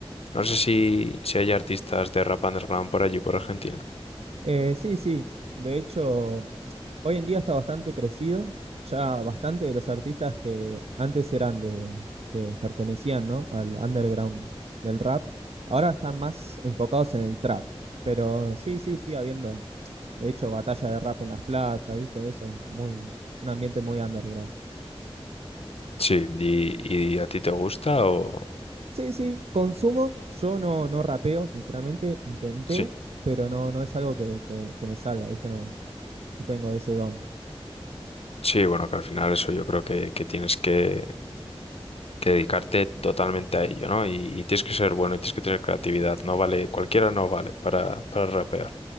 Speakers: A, on the left (about 70°); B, on the right (about 80°).
A: No sé si, si hay artistas de rap underground por allí, por Argentina.
B: Eh, sí, sí. De hecho, hoy en día está bastante crecido. Ya bastante de los artistas que antes eran de, que pertenecían, ¿no? al underground del rap, ahora están más enfocados en el trap. Pero sí, sí, sí, habiendo, de hecho, batalla de rap en las plazas, ¿viste? Eso, muy, un ambiente muy underground.
A: Sí, y, y a ti te gusta o...
B: Sí, sí, consumo. Yo no, no rapeo, sinceramente. Intenté,
A: Sí,
B: pero no, no es algo que, que- que me salga, ¿viste? No, no tengo ese don.
A: sí, bueno, que al final eso yo creo que, que tienes que, que dedicarte totalmente a ello, ¿no? Y, y tienes que ser bueno y tienes que tener creatividad, no vale, cualquiera no vale para, para rapear.